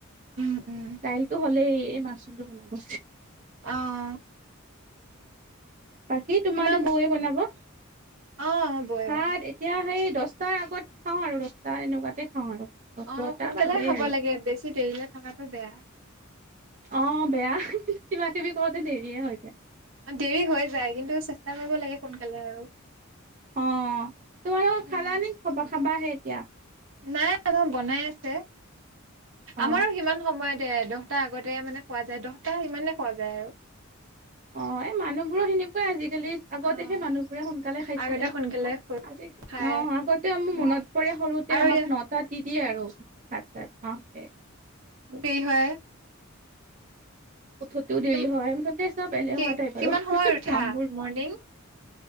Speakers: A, on the right; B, on the right.
A: উম, উম,
B: দাইলটো হ'লে এই মাচৰুমটো বনাব
A: অ ',
B: বাকী তোমাৰো
A: কিমান
B: তো বৌয়ে বনাব।
A: অ, বয়ে বনাব।
B: ভাত এতিয়া সেই দহটাৰ আগত খাওঁ আৰু দসটা এনেকুৱাতে খাওঁ আৰু।
A: অ,
B: দহটা
A: সোনকালে
B: বাজে
A: খাব
B: আৰু
A: লাগে বেছি দেৰিলে থকাাতটো বেয়া।
B: আহ বেয়া। কিবা কিবি কৰোতে
A: উম
B: দেৰিয়ে হৈ যায়
A: দেৰি হৈ যায় গে কিন্তু চেষ্টা কৰিব লাগে সোনকালে আৰু।
B: অ', তোমালোক
A: উম
B: খালা নে খা-খাবাহে এতিয়া?
A: নাই আমাৰ বনাই আছে,
B: অ
A: আমাৰো সিমান সময়তে এ দ দশটা আগতে মানে খোৱা যায় দহটা সিমানে খোৱা যায় আৰু।
B: অ', এই মানুহবোৰো সেনেকোৱাই আজিকালি
A: আৰু
B: আগতে সেই মানুহবোৰে সোনকালে খাইছিলে।
A: আগতে সোনকালে
B: অ',
A: খাই
B: আগতে মোৰ
A: উম
B: মনত পৰে সৰুতে
A: আৰু
B: আমাক
A: ইয়াত
B: নটা দি দিয়ে আৰু, ভাত চাত মাহতে।
A: দেৰি হয়।
B: উঠোতেও দেৰি
A: তুম
B: হয় মুঠতে চব এলেহুৱা
A: কি
B: টাইপ
A: কিমান
B: আৰু,
A: সময়ত উঠা
B: কামবোৰ।
A: মৰ্ণিং